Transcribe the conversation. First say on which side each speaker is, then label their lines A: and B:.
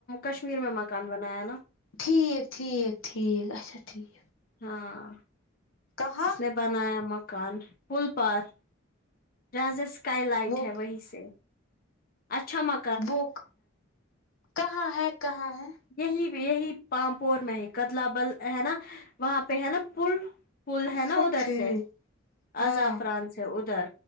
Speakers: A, on the left; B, on the left.
A: کشمیر میں مکان بنایا نا
B: ٹھیک ٹھیک ٹھیک اچھا ٹھیک
A: ہاں
B: کہاں
A: اس نے بنایا مکان فل پار جہاں سے سکائی لائٹ
B: وہ
A: ہے وہی سے اچھا ما
B: وہ کہاں ہے کہاں ہے
A: یہی یہی پامپور میں ہی کتلا بل ہے نا وہاں پہ ہے نا پل پل
B: اچھا
A: ہے نا ادھر
B: ٹھیک
A: سے
B: ہاں
A: اظعفران سے ادھر